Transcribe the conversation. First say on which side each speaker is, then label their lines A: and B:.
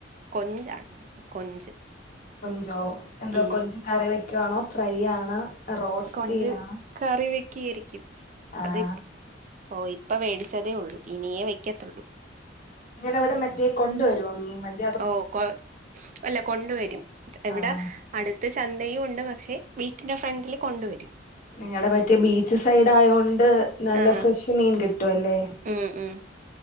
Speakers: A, on the right; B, on the left.
A: കൊഞ്ചാണ് കൊഞ്ച്
B: ഞ്ചോ എന്താ
A: ഉം
B: കൊഞ്ച് കറി വെക്കുവാണോ ഫ്രൈയാണോ റോസ്റ്റ്
A: കൊഞ്ച്
B: ചെയ്യുവാണോ
A: കറി വെക്കി ആരിക്കും
B: ആഹ്
A: അത് ഓ ഇപ്പം മേടിച്ചതേ ഉള്ളൂ ഇനിയേ വെക്കത്തുള്ളൂ
B: നിങ്ങടെ അവിടെ മറ്റേ കൊണ്ടുവരുമോ മീൻ വ
A: ഓ കൊ അല്ല കൊണ്ടുവരും എവിടാ
B: ആഹ്
A: അടുത്ത് ചന്തയും ഉണ്ട് പക്ഷെ വീട്ടിന്റെ ഫ്രണ്ടില് കൊണ്ടുവരും
B: നിങ്ങളടെ മറ്റേ ബീച്ച് സൈഡ് ആയ കൊണ്ട് നല്ല
A: ആഹ്
B: ഫ്രഷ് മീൻ കിട്ടും അല്ലേ
A: ഉം ഉം